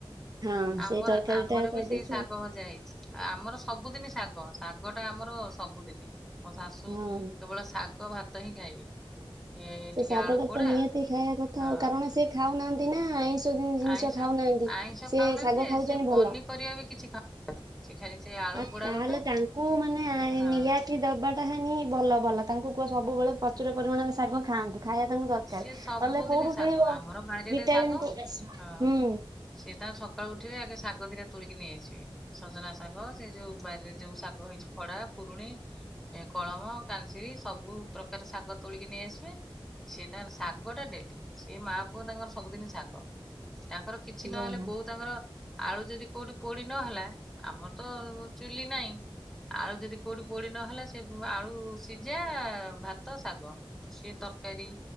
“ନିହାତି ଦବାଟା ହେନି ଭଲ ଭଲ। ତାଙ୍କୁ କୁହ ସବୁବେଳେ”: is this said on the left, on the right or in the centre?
Right